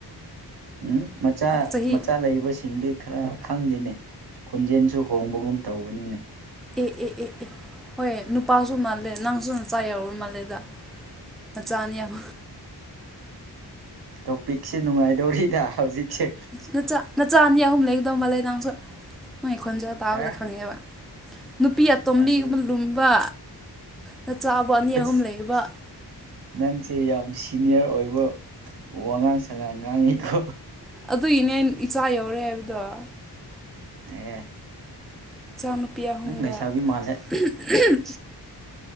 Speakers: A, on the right; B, in the centre.
A: ꯎꯝ ꯃꯆꯥ
B: ꯆꯍꯤ
A: ꯃꯆꯥ ꯂꯩꯕꯁꯤꯡꯗꯤ ꯈꯔ ꯈꯪꯗꯦꯅꯦ ꯈꯣꯟꯖꯦꯜꯁꯨ ꯍꯣꯡꯕꯒꯨꯝ ꯇꯧꯕꯅꯤꯅꯦ꯫
B: ꯑꯦ ꯑꯦ ꯑꯦ ꯑꯦ ꯍꯣꯏ ꯅꯨꯄꯥꯁꯨ ꯃꯥꯜꯂꯦ ꯅꯪꯁꯨ ꯅꯆꯥ ꯌꯥꯎꯔꯨꯔ ꯃꯥꯜꯂꯦꯗ꯫ ꯃꯆꯥꯅꯤ ꯌꯥꯝ꯫
A: ꯇꯣꯄꯤꯛꯁꯦ ꯅꯨꯡꯉꯥꯏꯗꯧꯔꯤꯗ꯫ ꯍꯧꯖꯤꯛꯁꯦ
B: ꯅꯆꯥ ꯅꯆꯥ ꯑꯅꯤ ꯑꯍꯨꯝ ꯂꯩꯗꯧ ꯃꯥꯂꯦ ꯅꯪꯡꯁꯨ ꯃꯣꯏ ꯈꯣꯟꯖ ꯇꯥꯕꯗ
A: ꯑ
B: ꯈꯪꯉꯦꯕ ꯅꯨꯄꯤ ꯇꯣꯝꯕꯤꯒꯨꯝꯕ
A: ꯑꯗꯨ
B: ꯂꯨꯝꯕ ꯅꯆꯥꯥꯕ ꯑꯅꯤ
A: ꯑꯁ
B: ꯑꯍꯨꯝ ꯂꯩꯕ
A: ꯅꯪꯁꯦ ꯌꯥꯝ ꯁꯤꯅꯤꯌꯔ ꯑꯣꯏꯕ ꯋꯥꯉꯥꯡ ꯁꯉꯥꯡ ꯉꯥꯡꯉꯤꯀꯣ꯫
B: ꯑꯗꯨꯒꯤꯅꯦ ꯑꯩ ꯏꯆꯥ ꯌꯧꯔꯦ ꯍꯥꯏꯕꯗꯣ꯫
A: ꯑꯦ
B: ꯏꯆꯥ ꯅꯨꯨꯄꯤ ꯑꯍꯨꯝꯒ
A: ꯅꯪ ꯂꯩꯁꯥꯕꯤ ꯃꯥꯜꯂꯦ
B: ꯎꯝ ꯍꯨꯝ꯫